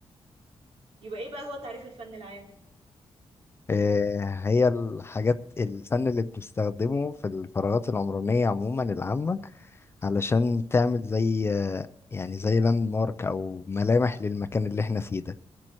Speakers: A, on the right; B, on the left.
A: يبقى ايه بقى هو تعريف الفن العام
B: آه، هي الحاجات الفن اللي بنستخدمه في الفراغات العمرانية عموما العامة علشان تعمل زي آه، يعني زي لاند مارك أو ملامح للمكان اللي احنا فيه ده